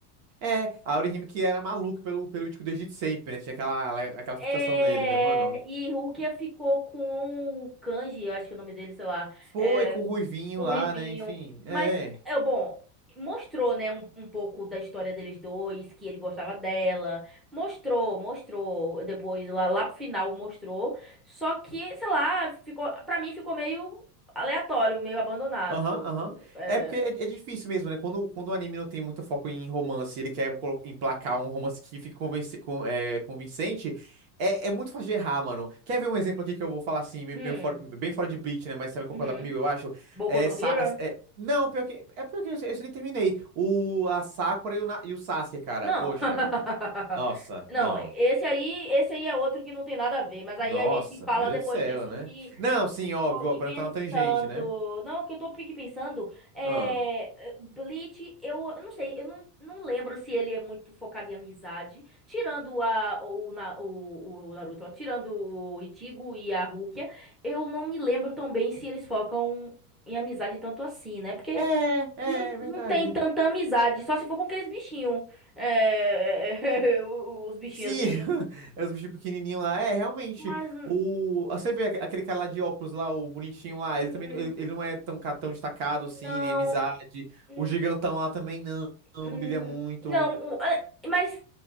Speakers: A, on the right (about 60°); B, in the centre.
A: É, a Orihime que era maluca pelo, pelo Ichigo desde sempre, né? Tinha aquela, aquela fixação
B: É,
A: nele, né, mano?
B: e Rukia ficou com o Kanji, eu acho que é o nome dele, sei lá,
A: Foi
B: é,
A: com o Ruivinho
B: com
A: lá,
B: o Rivinho.
A: né? Enfim,
B: Mas,
A: é.
B: é bom, mostrou, né, um, um pouco da história deles dois, que ele gostava dela. Mostrou, mostrou. Depois, lá, lá pro final, mostrou. Só que, sei lá, ficou, pra mim ficou meio aleatório, meio abandonado.
A: Aham, aham.
B: É,
A: É porque é, é difícil mesmo, né? Quando, quando o anime não tem muito foco em romance, ele quer colo- emplacar um romance que fique convenci- con- é, convincente, é, é muito fácil de errar, mano. Quer ver um exemplo aqui que eu vou falar assim, me-
B: hum,
A: meio fora- bem fora de Bleach, né? Mas você vai concordar
B: uhum.
A: comigo, eu acho.
B: Boku
A: É,
B: no
A: Sa-
B: Hero?
A: é- não, pior que, é pior que eu, eu nem terminei. O, a Sakura e o, Na- e o Sasuke, cara.
B: Não.
A: Poxa,
B: <laughs>
A: nossa, não.
B: Não, esse aí, esse aí é outro que não tem nada a ver, mas aí
A: Nossa,
B: a gente fala
A: meu
B: depois
A: Deus do céu,
B: disso
A: né?
B: que
A: Não, sim,
B: eu
A: óbvio,
B: tô aqui
A: ó, pra
B: pensando.
A: não estar na tangente, né?
B: Não, o que eu tô aqui pensando é
A: Ah.
B: é, Bleach, eu, eu não sei, eu não, não lembro se ele é muito focado em amizade, tirando a o, Na- o, o Naruto, ó, tirando o Ichigo e a Rukia, eu não me lembro tão bem se eles focam em amizade tanto assim, né? Porque
A: É, é,
B: não,
A: é verdade.
B: não tem tanta amizade, só se for com aqueles bichinhos. É, <laughs> os bichinhos
A: Sim,
B: assim.
A: <laughs> é os bichos pequenininhos lá. É, realmente.
B: Mas
A: O... ah, Você vê aque- aquele cara lá de óculos lá, o bonitinho lá,
B: hum,
A: ele também ele, ele não é tão, ca- tão destacado assim,
B: não.
A: nem amizade.
B: hum,
A: O gigantão lá também não, não,
B: hum,
A: não brilha muito.
B: Não, o- é, mas